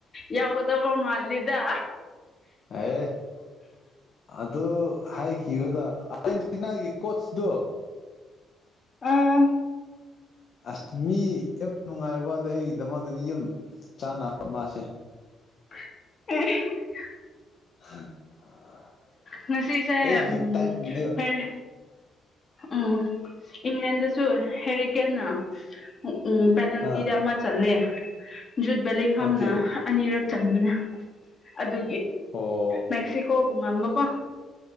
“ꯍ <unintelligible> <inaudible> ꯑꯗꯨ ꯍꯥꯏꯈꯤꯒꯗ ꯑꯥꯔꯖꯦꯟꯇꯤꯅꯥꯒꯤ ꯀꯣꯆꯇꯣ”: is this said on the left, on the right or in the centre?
Left